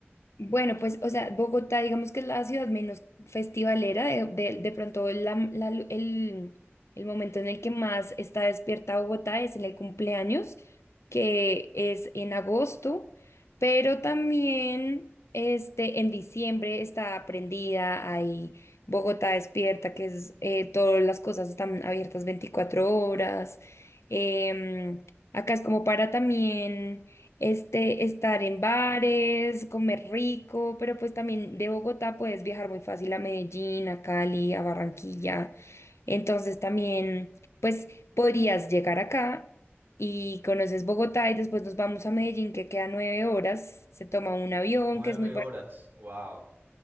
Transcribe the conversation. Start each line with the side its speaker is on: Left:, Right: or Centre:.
Left: Bueno, pues, o sea, Bogotá, digamos que es la ciudad menos festivalera, de, de- de pronto la- la lu- el, el momento en el que más está despierta Bogotá es en el cumpleaños, que es en agosto, pero también este, en diciembre está prendida, hay Bogotá despierta, que es eh, todas las cosas están abiertas 24 horas. em, acá es como para también este, estar en bares, comer rico, pero pues también de Bogotá puedes viajar muy fácil a Medellín, a Cali, a Barranquilla. Entonces también, pues podrías llegar acá y conoces Bogotá y después nos vamos a Medellín, que queda nueve horas, se toma un avión,
Right: Nueve
Left: que es muy... bar-
Right: horas, wow.